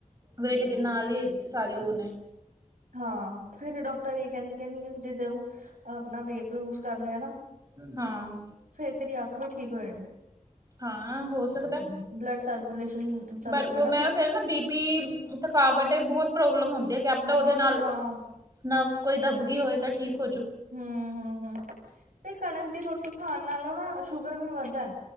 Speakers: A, on the right (about 25°); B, on the right (about 75°).
A: ਵੇਟ
B: ਹੂੰ
A: ਕੇ ਨਾਲ ਹੀ ਸਾਰੇ ਉਹਨੇ
B: ਹਾਂ ਫਿਰ ਡਾਕਟਰ ਇਹ ਕਹਿੰਦੀ, ਕਹਿੰਦੀ ਵੀ ਜਦੋ ਉਹ ਆਪਣਾ ਵੇਟ ਲੂਜ ਕਰ ਲਿਆ ਨਾ
A: ਹਾਂ
B: ਫੇਰ ਤੇਰੀ ਅੱਖ ਵੀ ਠੀਕ ਹੋ ਜਾਣੀ
A: ਹਾਂ ਹੋ ਸਕਦਾ,
B: ਬਲੱਡ ਸਰਕੂਲੇਸ਼ਨ ਚੱਲ
A: ਪਰ
B: ਜੂਗਾ
A: ਉਹ
B: ਨਾ
A: ਮੈਂ
B: ਫਿਰ
A: ਉਹ ਕਹਿ ਬੀ ਵੀ ਥਕਾਵਟ ਬਹੁਤ ਪ੍ਰੋਬਲਮ ਹੁੰਦੀ ਹੈ ਕਿ ਪਤਾ
B: ਬਹੁਤ
A: ਉਹਦੇ ਨਾਲ
B: ਹਾਂ
A: ਨਵਸ ਕੋਈ ਦੱਬ ਗਈ ਹੋਏ ਤਾਂ ਠੀਕ ਹੋਜੂ
B: ਹੂੰ- ਹੂੰ, ਤੇ ਕਣਕ ਦੀ ਰੋਟੀ ਖਾਣ ਨਾਲੋਂ ਨਾ ਸ਼ੂਗਰ ਵੀ ਵੱਧਦਾ